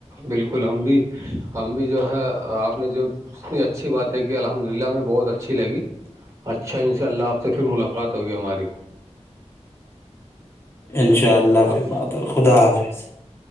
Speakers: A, on the right; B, on the left.
A: بالکل ہم بھی ہم بھی بھی جو ہے آپ نے جو اتنی اچھی باتیں کی الحمد للہ ہمیں بہت اچھی لگی اچھا ان شاء اللہ آپ سے پھر ملاقات ہوگی ہماری
B: انشاء اللہ
A: اس-
B: پھر بات ہے خدا حافظ